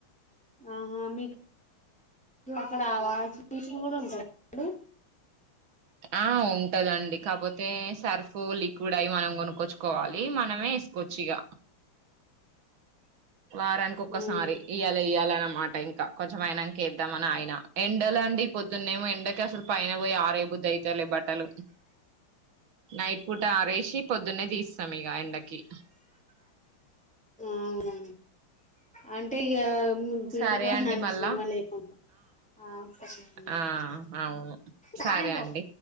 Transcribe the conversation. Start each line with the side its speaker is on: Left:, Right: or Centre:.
Centre: ఆహా మీకు అక్కడ ఆ వాషింగ్ మెషీన్ కూడా ఉంటదా అండి
Right: ఆ ఉంటదండి కాకపోత్ పోతే సర్ఫ్ లిక్విడ్ అవి మనం కొనుక్కొచ్చుకోవాలి మనమే వేసుకోవచ్చు ఇక వారానికి
Centre: ఆహా
Right: ఒక్కసారి ఇయ్యాల ఎయ్యాల అన్నమాట ఇంకా కొంచెం ఐనాక వేద్దం అని ఆగినా ఎండ లండి పొద్దు ద్దున్న ఏమో ఎండకి అసలు పైన పోయి అరవేయ బుద్ది అయితలే బట్ల్ తను నైట్ పూట ఆరేసి పొద్దున్నే తీస్తాం ఇక డకి
Centre: అవునా అంటే ఇగా పిండుకోడానికి
Right: సరే అండి
Centre: మస్త్
Right: మళ్ళా
Centre: ఇబ్బంది ఐతుంది ఆ సరే అండి
Right: ఆ అవును
Centre: కాయందో
Right: సరే అండి